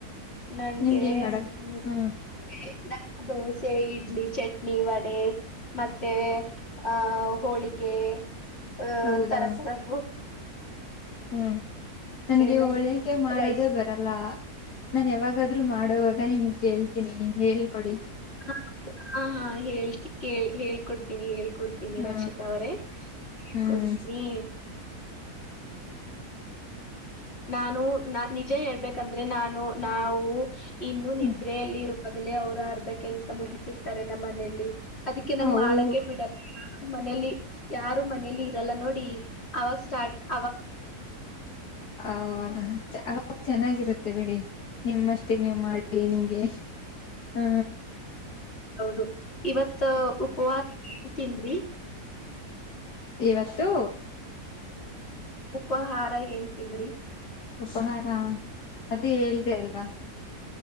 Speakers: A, on the left; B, on the left.
A: ನಂಗೆ
B: ನಿಮ್ಗೆ ಏನ್ ಮಾಡಕ್
A: ನ
B: ಹ್ಮ
A: ದೋಸೆ ಇಡ್ಲಿ ಚಟ್ನಿ ವಡೆ ಮತ್ತೆ ಹ ಹೋಳಿಗೆ ಹ
B: ಹೌದಾ
A: ತರತರದ
B: ಹ್ಮ್ ನನ್ಗೆ
A: ನಂಗೆ
B: ಹೋಳಿಗೆ ಮಾಡೋದೇ
A: ರೈಸ್
B: ಬರ ಲ್ಲ ನಾನ್ ಯಾವಾಗಾದ್ರೂ ಮಾಡೋವಾಗ ನಿಮ್ ಕೇಳ್ತೀನಿ ಹೇಳ್ಕೊಡಿ
A: ಹ ಹ ಹಾ ಹೇಳ್ತಿ ಕೇಳಿ ಹೇಳ್ಕೊಡ್ತೀನಿ ಹ ಕೊಡ್ತೀನಿ
B: ಹಾ
A: ರಕ್ಷಿತಾ ಅವರೇ ಹೇಳ್
B: ಹ್ಮ್
A: ಕೊಡ್ತೀನಿ ನಾನು ನಾ ನಿಜ ಹೇಳ್ಬೇಕಂದ್ರೆ ನಾನು ನಾವು ಇನ್ನು ನಿದ್ರೆಯಲ್ಲಿರು
B: ಹ್ಮ್
A: ಆಗಲೇ ಅವ್ರು ಅರ್ಧ ಕೆಲ್ಸ ಮುಗಿಸಿರ್ತಾರೆ ನಮ್ಮ್ ಮನಲಿ ಅದಕ್ಕೆ ನಂಗ್
B: ಹೌ
A: ಮಾಡಕೆ ಬಿಡ ಮನೇಲಿ ಯಾರು ಮನೇಲಿ ಇರಲ್ಲ ನೋಡಿ ಅವಾಗ ಸ್ಟಾರ್ಟ್ ಅವಾಗ
B: ಹ ಅವ ಚೆನ್ನಾಗಿರುತ್ತೆ ಬಿಡಿ ನಿಮ್ಮಷ್ಟಿಗೆ ನೀವು ಮಾಡಿ ಬೆಏ ನಿಮ್ಗೆ <inaudible> ಹಾ
A: ಹೌದು ಇವತ್ ಉಪವಾಸ ಇರ್ತಿದ್ವಿ
B: ಇವತ್ತು.
A: ಉಪಹಾರ ಏನ್ ತಿಂದ್ರಿ?
B: ಉಪಹಾರ ಅದೇ ಹೇಳ್ದ ಅಲ್ವಾ?